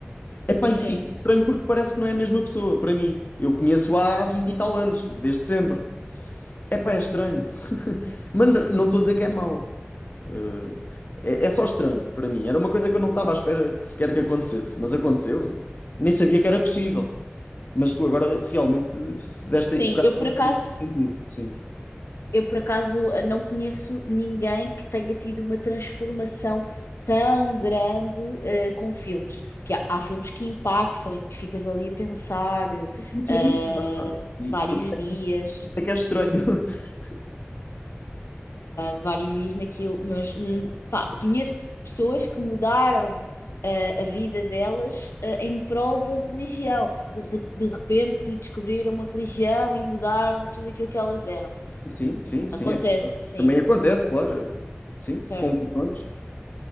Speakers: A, on the left; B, on the left.
A: Epá,
B: Sim.
A: e fico estranho porque parece que não é a mesma pessoa, para mim. Eu conheço há 20 e tal anos, desde sempre. Epá, é estranho. <laughs> Mas n- não estou a dizer que é mau. Eh, é, é só estranho para mim. Era uma coisa que eu não estava à espera que sequer que acontecesse. Mas aconteceu. Nem sabia que era possível. Mas tu agora realmente deste aí-
B: Sim,
A: tocaste
B: eu por acaso,
A: sentido. Sim.
B: eu por acaso eh, não conheço ninguém que tenha tido uma transformação tão grande eh, com filmes. Que há, há filmes que impactam e que ficas ali a pensar
A: Não conhecia
B: eh,
A: ninguém, lá está. E
B: vários
A: por
B: dias.
A: por isso é que é estranho. <laughs>
B: vários dias naquilo, mas hum, pá, conheço pessoas que mudaram ah, a vida delas ah, em prol da religião. De, re- de repente descobriram uma religião e mudaram tudo aquilo que elas eram.
A: Sim, sim, sim.
B: Acontece,
A: é.
B: sim,
A: Também acontece, claro. Sim,
B: certo.
A: confissões.